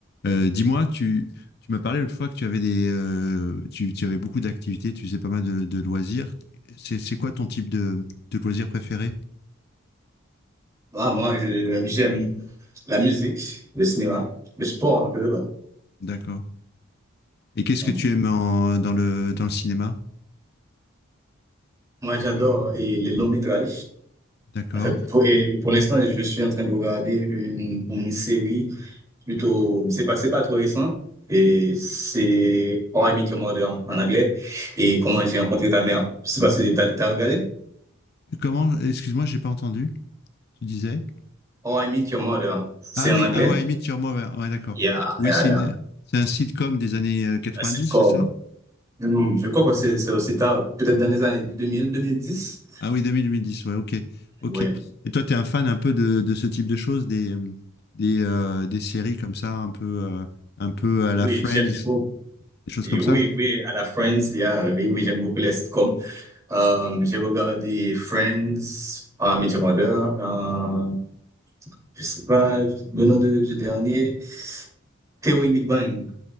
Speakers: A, on the left; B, on the right.
A: Euh, dis-moi, tu, tu m'as parlé l'autre fois que tu avais des, euh, tu, tu avais beaucoup d'activités, tu faisais pas mal de, de loisirs. C'est, c'est quoi ton type de, de loisir préféré?
B: Ah, moi, je- j'aime la musique, le cinéma, le sport un peu. ouais.
A: D'accord. Et qu'est-ce
B: Donc,
A: que tu aimes en- dans le, dans le cinéma?
B: moi, j'adore euh, et les longs métrages.
A: D'accord.
B: En fait, pour, et pour l'instant, je suis en train de regarder une, une série plutôt. C'est pas, c'est pas trop récent. Et c'est How I Met Your Mother en, en anglais et Comment j'ai rencontré ta mère. Je sais pas si t'as, t'as regardé.
A: Comment, excuse-moi, j'ai pas entendu. Tu disais?
B: How I Met Your Mother, c'est
A: Ah
B: en
A: oui,
B: anglais.
A: ah ouais, I Meet Your Mother. Ouais, d'accord.
B: Yeah,
A: Oui,
B: yeah,
A: c'est une,
B: yeah.
A: c'est un sitcom des années euh,
B: C'est
A: dix
B: comme.
A: c'est ça?
B: Je crois que c'est c'est aussi tard, peut-être dans les années deux deux mille deux mille dix
A: Ah oui, deux deux mille deux mille dix ouais, ok. Ok.
B: Ouais.
A: Et toi, tu es un fan un peu de, de ce type de choses, des, euh, des, euh, des séries comme ça, un peu, euh, un peu à
B: Oui,
A: la Friends,
B: j'aime beaucoup.
A: des choses
B: Et
A: comme
B: oui,
A: ça?
B: oui, à la Friends, il y a- oui, oui, j'aime beaucoup les sitcoms. Euh, j'ai regardé Friends, How I Met Your Mother, euh, je sais pas, le nom de- du dernier, Théorie Big Bang,